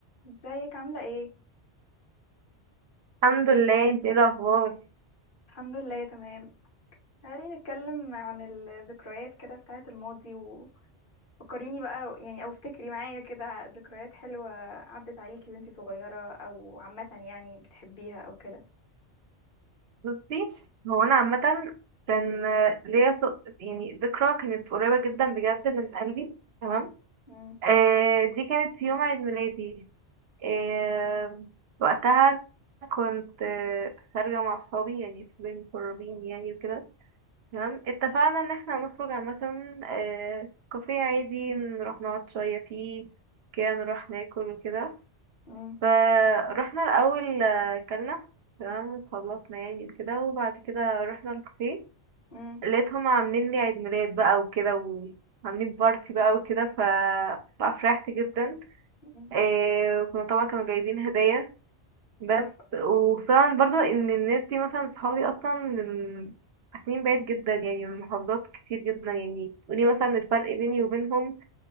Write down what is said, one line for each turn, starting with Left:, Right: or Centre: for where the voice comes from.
Left: ازيك عاملة ايه؟
Right: الحمد لله انت ايه الاخبار
Left: الحمد لله تمام تعالي نتكلم عن الذكريات كده بتاعة الماضي وفكريني بقى يعني او افتكري معايا كده ذكريات حلوة عدت عليكي وانتي صغيرة او عامة يعني بتحبيها او كده
Right: بصي هو انا عامه كان آه، ليا ص- يعني ذكرى كانت قريبه جدا بجد من قلبي تمام
Left: مم،
Right: آه دي كانت يوم عيد ميلادي آه وقتها كنت آه خارجه مع اصحابي يعني اصحابي المقربين يعني وكده تمام اتفقنا ان احنا هنخرج عامه آه كافيه عادي نروح نقعد شويه فيه كده نروح ناكل وكده
Left: مم،
Right: فروحنا الأول آه، كلنا تمام خلصنا يعني كده وبعد كده رحنا الكافيه
Left: مم،
Right: لقيتهم عاملين لي عيد ميلاد بقى وكده وعاملين بارتي بقى وكده ف بصراحة فرحت جدا
Left: مم.
Right: إيه وكانوا طبعا كانوا جايبين هدايا بس
Left: تحفة
Right: وطبعا برضو ان الناس دي مثلا صحابي اصلا من ساكنين بعيد جدا يعني من محافظات كتير جدا يعني تقولي مثلا الفرق بيني وبينهم